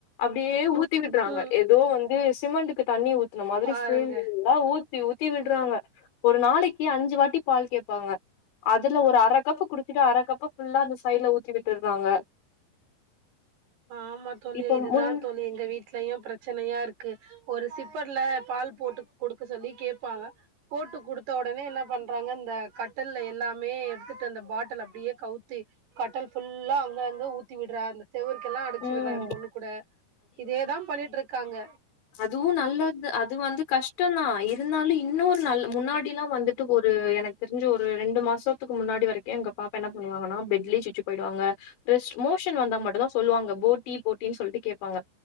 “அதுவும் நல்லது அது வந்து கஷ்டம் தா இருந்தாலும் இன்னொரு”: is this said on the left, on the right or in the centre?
Left